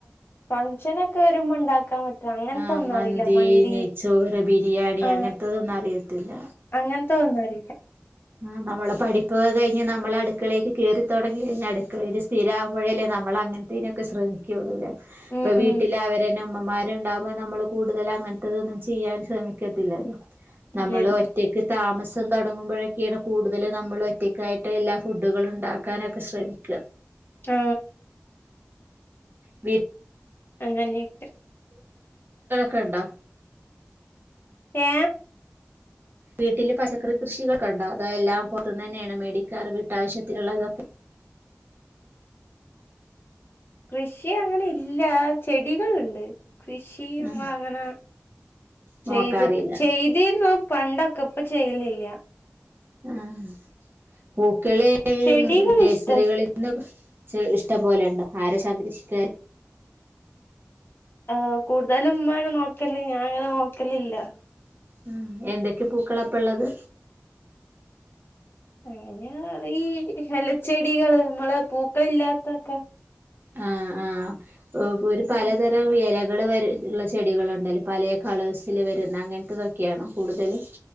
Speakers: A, on the left; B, on the right.
A: ഫംഗ്ഷനൊക്കെ വരുമ്പോ ണ്ടാക്കാൻ അങ്ങൻത്തെ
B: ആഹ്
A: ഒന്നും അറിയില്ല മന്തി
B: നെയ്ച്ചോറ് ബിരിയാണി
A: ആ
B: അങ്ങനത്തതൊന്നും അറിയത്തില്ല
A: അങ്ങൻത്തെ ന്നറിയില്ല
B: ആ് നമ്മള പഠിപ്പൊക്കെ കഴിഞ്ഞ് നമ്മള് അടുക്കളേക്ക് കേറി തൊടങ്ങി കഴിഞ്ഞ് അടുക്കളേക്ക്‌ സ്ഥിരാവുമ്പോഴല്ലേ നമ്മ നമ്മളങ്ങനത്തേനൊക്കെ ശ്രമിക്കുള്ളൂല്ലേ
A: ഉം
B: ഇപ്പ വീട്ടിലവരെന്നെ
A: ഉം
B: ഉ മ്മാര്ണ്ടാവുമ്പോ നമ്മള് കൂടുതൽ അങ്ങനത്തെതൊന്നും ചെയ്യാൻ ശ്രമിക്കത്തില്ലല്ലോ നമ്മള്
A: ഇല്ല ഇല്ല
B: ഒറ്റക്ക് താമസം തൊടങ്ങുമ്പോഴ ക്കെണ് കൂടുതൽ നമ്മൾ ഒറ്റക്കായിട്ട് എല്ലാ ഫുഡുകളും ഉണ്ടാക്കാനൊക്കെ ശ്രമിക്ക
A: ആ
B: വീ
A: അങ്ങനെയൊക്കെ
B: <unintelligible> ണ്ടോ
A: ഏ
B: വീട്ടില് പച്ചക്കറി കൃഷികളൊക്കെ ഉണ്ടോ അതോ എല്ലാം പൊറത്തുന്ന്ന്നെയാണോ മേടിക്കാറ് വീട്ടാവശ്യത്തിനുള്ളതൊക്കെ
A: കൃഷി അങ്ങനെ ഇല്ല ചെടികൾണ്ട് കൃഷി നമ്മൾ
B: ആ
A: അങ്ങനെ
B: നോക്കാറില്ല
A: ചെയ്ത് ചെയ്തീര്ന്നു പണ്ടൊക്കെ ഇപ്പ ചെയ്ലില്ല
B: ആ പൂക്കളി
A: ചെടികൾ
B: നഴ്സറികളിൽന്ന്
A: ഇഷ്ട
B: ച ഇഷ്ടം പോലെ ഉണ്ടോ ആരാ സംരക്ഷിക്കത്
A: ആ കൂടുതലും മ്മാണ് നോക്കല് ഞാൻ അങ്ങനെ നോക്കലില്ല
B: ഉം എന്തൊക്കെ പൂക്കളപ്പള്ളത്
A: അങ്ങനെ ഈ എലച്ചെടികള് നമ്മള് പൂക്കളില്ലാത്തൊക്കെ
B: ആ ആ ഒരു പലതരം
A: ഉം
B: എലകൾള് വ ഉള്ള ചെടികളുണ്ടല്ലോ പലേ കളേഴ്സിൽ വരുന്ന അങ്ങനത്തൊക്കെയാ കൂടുതല്